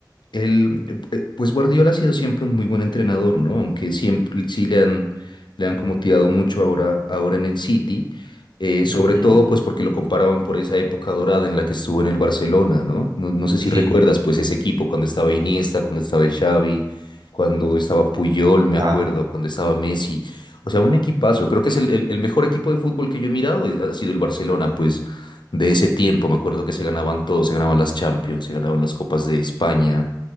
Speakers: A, on the left; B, on the right.
A: Él, eh, pu- eh, pues Guardiola ha sido siempre un muy buen entrenador, ¿no? Aunque siempre sí le han, le han como tirado mucho ahora, ahora en el City, eh, sobre
B: Ujú.
A: todo pues porque lo comparaban por esa época dorada en la que estuvo en el Barcelona, ¿no? No, no sé si
B: Sí.
A: recuerdas pues ese equipo cuando estaba Iniesta, cuando estaba el Xavi, cuando estaba Puyol, me
B: Ah.
A: acuerdo, cuando estaba Messi. O sea, un equipazo. Creo que es el, el- el mejor equipo de fútbol que yo he mirado, eh, ha sido el Barcelona, pues de ese tiempo. Me acuerdo que se ganaban todo, se ganaban las Champions, se ganaban las Copas de España.